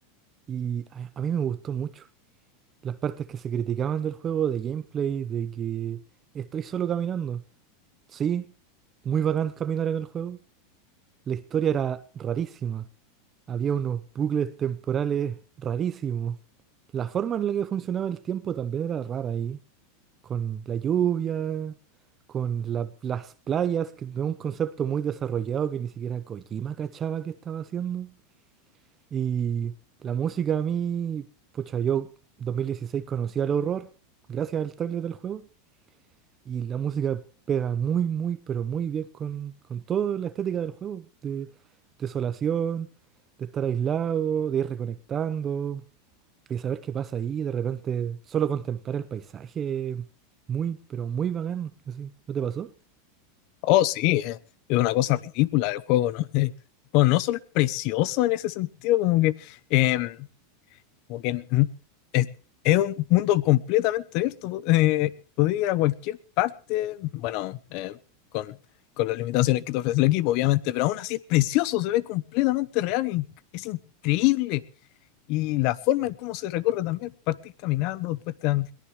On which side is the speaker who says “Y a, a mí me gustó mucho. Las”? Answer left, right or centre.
Right